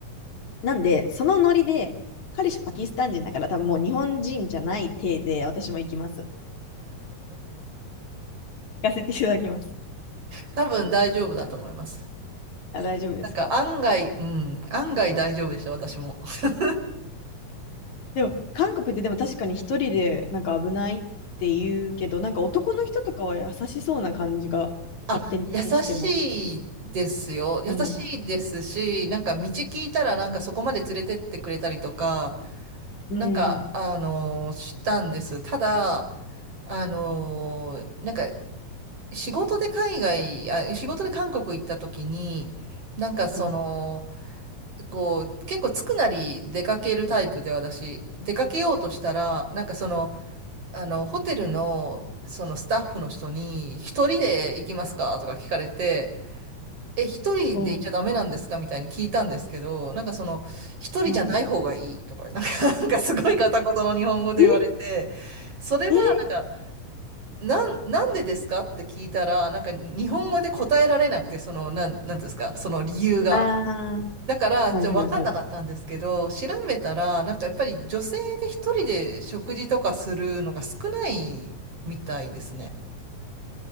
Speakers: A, on the left; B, on the right.
A: なんで、そのノリで、彼氏パキスタン人だから多分もう日本人じゃない体で私も行きます。行かせていただきます。
B: 多分大丈夫だと思います。
A: はい、あ、大丈夫ですか
B: なんか案外、うん、案外大丈夫でした、私も。<laughs>
A: でも、韓国ってでも確かに一人でなんか危ないって言うけど、なんか男の人とかは優しそうな感じが勝手にしてます。
B: あ、優しいですよ。優しいですし、
A: うん。
B: なんか道聞いたらなんかそこまで連れてってくれたりとか、
A: うん。
B: なんか、あのーしたんです。ただ、あのーなんか仕事で海外、あ、仕事で韓国行った時に、なんかその、
A: うん。
B: こう、結構つくなり出かけるタイプで私、出かけようとしたら、なんかその、あの、ホテルの、そのスタッフの人に、一人で行きますかとか聞かれて、え、一人で行っちゃダメなんですかみたいに聞いたんですけど、
A: おう。
B: なんかその、一人じゃない方がいいとか、
A: うん。
B: なんか、なんかすごい片言の日本語で言われて、
A: え
B: それはなんか、
A: え
B: なん、なんでですかって聞いたら、なんか日本語で答えられなくて、その、なん、なんていうんですか、その理由が。
A: ああ
B: だから、
A: ー、
B: ちょっとわかん。
A: はいはいはい。
B: んなかったんですけど、調べたら、なんかやっぱり女性で一人で食事とかするのが少ないみたいですね。